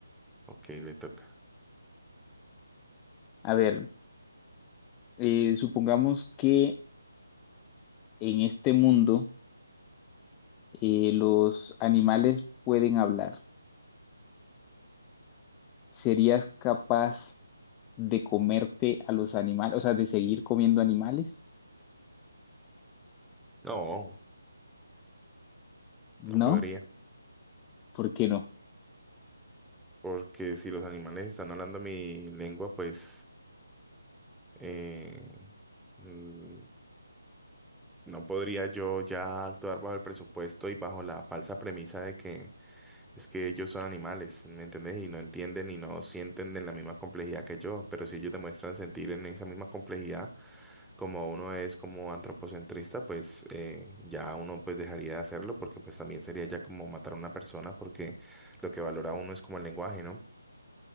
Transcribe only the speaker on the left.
a ver, eh, supongamos que en este mundo eh, los animales pueden hablar. ¿serías capaz de comerte a los animales, o sea, de seguir comiendo animales?
¿No?
¿Por qué no?